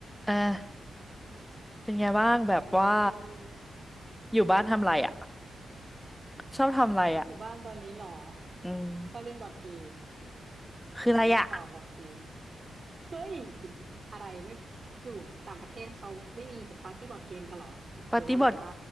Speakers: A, in the centre; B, on the right (about 35°).
A: อ่า
B: อืม
A: เป็นไงบ้างแบบว่า
B: เออ
A: อยู่บ้านทำไรอ่ะชอบทำไรอ่ะ
B: อยู่บ้านตอนนี้เหรอ
A: อืม
B: ชอบเล่นบอร์ดเกมเออเล่นเป่าบอร์ดเกม
A: คืออะไรอ่ะ
B: เฮ้ยอะไรไม่อยู่ต่างประเทศเขาไม่มีแบบปาร์ตี้บอร์ดเกมกันเหรอหรือว่าแบบว่า
A: ปาร์ตี้บอร์ด